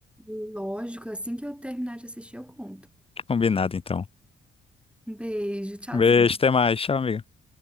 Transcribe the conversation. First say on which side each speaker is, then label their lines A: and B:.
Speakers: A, in the centre; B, on the left.
A: Lógico, assim que eu terminar de assistir, eu conto.
B: Combinado, então.
A: Um beijo, tchauzinho.
B: Beijo, até mais. Tchau, amigo.